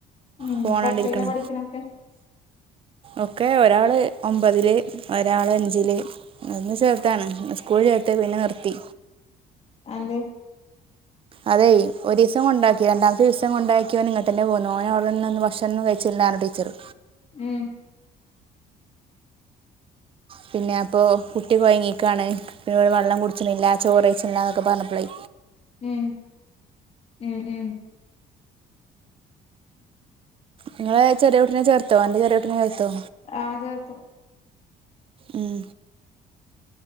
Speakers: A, on the left; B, on the right.
A: ഉം
B: ഫോണാണ്ടിരിക്കണ്
A: പ്പ ത്രേല്ലാ പഠിക്കണൊക്കെ
B: ഒക്കെ ഒരാള് ഒമ്പതില് ഒരാള് അഞ്ചില് ഒന്ന് ചേർത്താണ് സ്കൂ ളിൽചേർത്തി പിന്നെ നിർത്തി
A: <unintelligible> അഅന്തെ
B: അതെ ഒരു ദിവസം കൊണ്ടാക്കി രണ്ടാമത്തെ ദിവസം കൊണ്ടാ ക്കി ഓനിങ്ങട്ട്ന്നെ പോന്നു ഓനവിടെന്നന്ന് ഭക്ഷണന്നും കഴിച്ച്ല്ല പറഞ്ഞുടീച്ചറ്
A: ഉം
B: പിന്നെ അപ്പോ കുട്ടി കൊഴങ്ങിക്കാണ് പിന്ന വെള്ളം കുടിച്ചിണില്ല ചോറ് കഴിച്ചിണില്ലന്നൊക്കെ പറഞ്ഞപ്പളേ
A: ഉം ഉം ഉം
B: ഇങ്ങള് ചെറിയ കുട്ടിനെ ചേർത്തോ അന്റെ ചെറിയ കുട്ടിനെ ചേർത്തോ
A: ആ ചേർത്തു
B: ഉം